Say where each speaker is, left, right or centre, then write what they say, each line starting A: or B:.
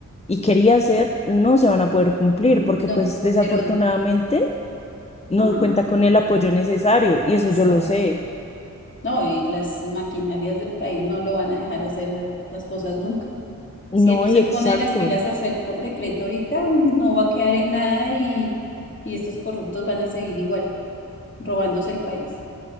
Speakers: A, on the left (about 20°); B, on the left (about 40°).
A: y quería hacer no se van a poder cumplir
B: Mm,
A: porque
B: No,
A: pues desafortunadamente
B: pero,
A: no
B: ajá,
A: cuenta con el apoyo necesario y
B: exacto.
A: eso yo lo sé.
B: No, y las maquinarias del país no lo van a dejar hacer eh, las cosas nunca.
A: No,
B: Si él no se
A: y exacto,
B: pone las pilas a hacer por decreto ahorita, no va a quedar en nada y, y estos corruptos van a seguir igual, robándose el país.